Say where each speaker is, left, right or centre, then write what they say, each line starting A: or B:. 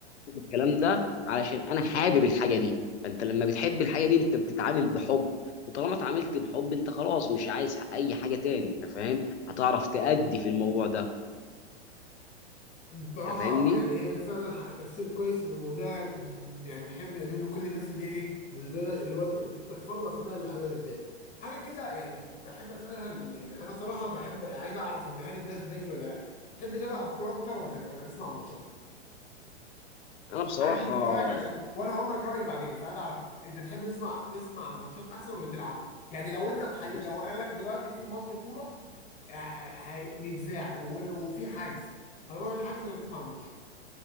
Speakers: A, on the left (about 75°); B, on the left (about 20°).
A: الكلام ده علشان انا حابب الحاجه دي فانت لما بتحب الحاجه دي انت بتتعامل بحب وطالما اتعاملت بحب انت خلاص مش عايز اي حاجه تاني انت فاهم هتعرف تأدي في الموضوع ده
B: بصراحة
A: انت فاهمني
B: يعني هي فعلا حق- تفسير كويس وده يعني نحب نقدمه لكل الناس اللي ايه بالغير- اللي هو ت- تحفظوا اسماء اللعيبة ازاي حاجة كده يعني بحب اسألها يعني انا صراحة بحب عايز اعرف ان هل الناس زيي ولا لا تحب تلعب كورة اكتر ولا ت- ولا تسمع ماتشات
A: انا بصراحه
B: عايز اشوف رأيك عشان
A: يعني
B: وانا هقول لك رأيي بعدين بس عايز اعرف انت تحب تسمع تسمع ماتشات احسن ولا تلعب يعني لو انت تحي...
A: بص
B: لو قال لك دلوقتي في ماتش كورة ع- ع- هي- بيتذاع وإن- وفي حجز هنروح الحجز ولا تسمع الماتش